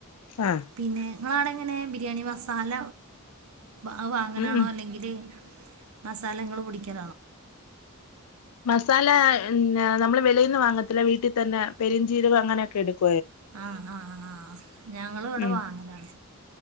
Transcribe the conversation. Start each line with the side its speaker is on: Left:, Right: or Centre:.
Left: ആഹ്
Right: പിന്നെ ങ്ങളാണെ ങ്ങനെ ബിരിയാണി മസാല വ വാങ്ങലാണോ
Left: ഉം ഉം
Right: അല്ലെങ്കില് മസാലങ്ങള് പൊടിക്യാ
Left: മസാല ന്നല നമ്മള് വെളീന്ന് വാങ്ങത്തില്ല വീട്ടി തന്നെ പെരിഞ്ചീരകം അങ്ങനക്കെടുക്കും
Right: ആഹ് ആഹ് ഞങ്ങള് വിടെ
Left: ഉം
Right: വാങ്ങലാണ്